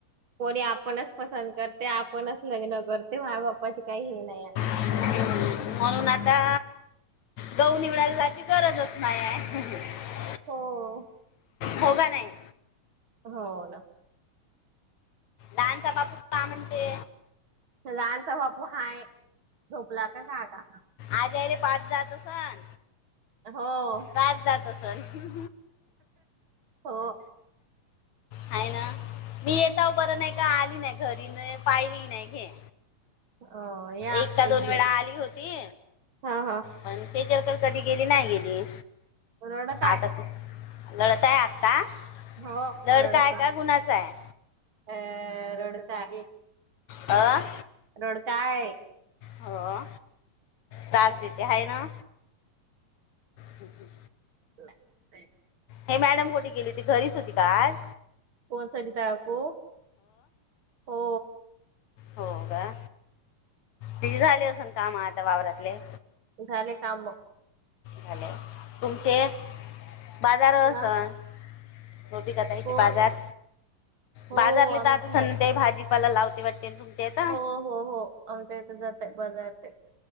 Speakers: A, on the right; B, on the left.
A: पोरी आपणच पसंत करते. आपणच लग्न करते. माय बाप्पाचे काही हे नाही.
B: <unintelligible> म्हणून आता गहू निवडायची जायची गरजच नाही आहे <unintelligible>
A: हो
B: हो का नाही.
A: हो ना
B: लहान चा बापू का म्हणते?
A: लहानचा बापू हाय झोपला का काय आता
B: आज्यायले पाच जात सण
A: हो
B: काय जात असन <unintelligible>
A: हो
B: आहे ना मी येताऊ बरं नाही का आली घरी नाही पाहिली नाही घे
A: अ, या
B: एकदा
A: एक
B: दोन वेळा
A: दिवस
B: आली होती
A: हा हा
B: पण तेच्या तर कधी गेली नाही गेली
A: रडत आहे
B: आता लढतय आता
A: हो
B: लडकय
A: रडत आहे
B: का गुणाच आहे.
A: <unintelligible> अ रोडत आहे.
B: आं
A: रोड काय.
B: होओ त्रास देते हाय ना. थक्यू
A: नाय ते
B: हे मॅडम कुठे गेली होती घरीच होती काय?
A: कोण सरिता काकू हो
B: हो का? तिचे झाले असून काम आता वावरातले
A: झाले काम
B: झाल तुमचे बाजार असन
A: हा,
B: गोपिका ताई
A: कोण
B: चे बाजार
A: हो
B: बाजारले
A: आमच्या
B: आता सन ते भाजी मला लावते वाटते ना तुम्च्याचा
A: हो हो हो आमच्या इथे जातंय बाजारचे